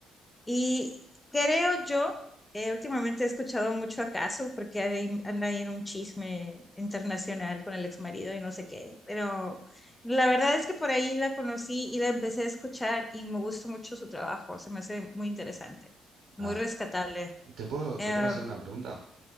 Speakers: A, on the left (about 15°); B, on the right (about 75°).
A: Y creo yo, eh, últimamente he escuchado mucho a Casu porque ahí- anda ahí en un chisme internacional con el ex marido y no sé qué, pero la verdad es que por ahí la conocí y la empecé a escuchar y me gustó mucho su trabajo, se me hace muy interesante, muy
B: ah,
A: rescatable.
B: ¿te puedo,
A: Em,
B: te puedo hacer una pregunta?